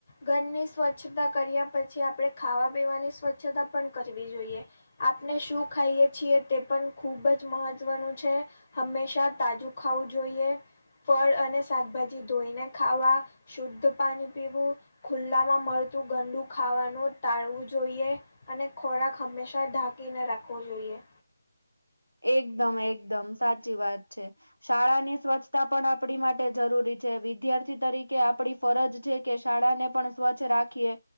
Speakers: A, on the left (about 30°); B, on the left (about 85°).
A: ઘરની સ્વચ્છતા કર્યા પછી આપણે ખાવા પીવાની સ્વચ્છતા પણ કરવી જોઈએ. આપણે શું ખાઈએ છીએ તે પણ ખુબ જ મહત્વનું છે. હંમેશા તાજું ખાવું જોઈએ. ફળ અને શાકભાજી ધોઈને ખાવા. શુદ્ધ પાણી પીવું ખુલ્લામાં મળતું ગંડું ખાવાનું ટાળવું જોઈએ અને ખોરાક હંમેશા ઢાંકીને રાખવો જોઈએ
B: એકદમ એકદમ સાચી વાત છે. શાળા ની સ્વચ્છતા પણ આપણી માટે જરૂરી છે. વિદ્યાર્થી તરીકે આપણી ફરજ છે કે, શાળા ને પણ સ્વચ્છ રાખીએ.